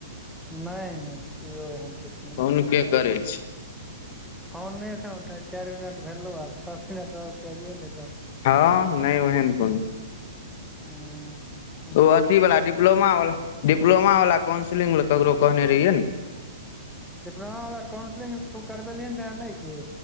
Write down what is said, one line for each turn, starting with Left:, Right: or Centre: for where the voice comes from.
Centre: नय नय केओ एहन किछु नय
Left: फोन
Centre: छै
Left: के
Centre: सब
Left: करै छी
Centre: फोन नय एखन उठ चारि मिनट भेलौ हन छ मिनट आओर कैइए ले गप
Left: हँ नहि ओहन कोनो
Centre: हूँ
Left: ओ अथीवला डिप्लोमावला डिप्लोमावला काउंसिलिंग लए ककरो कहने रहियै ने
Centre: डिप्लोमा वाला काउंसलिंग तू करबेलहिन रहै नै की